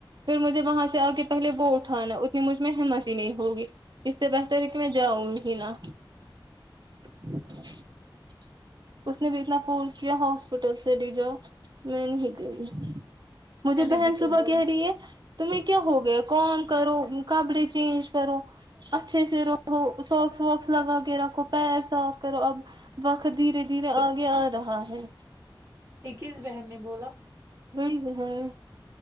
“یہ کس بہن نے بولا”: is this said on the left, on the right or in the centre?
Right